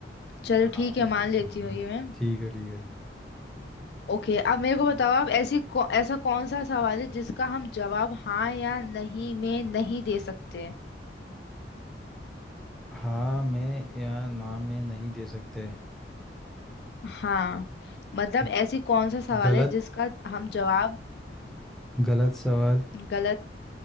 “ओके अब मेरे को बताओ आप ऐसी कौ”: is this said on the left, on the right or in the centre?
Left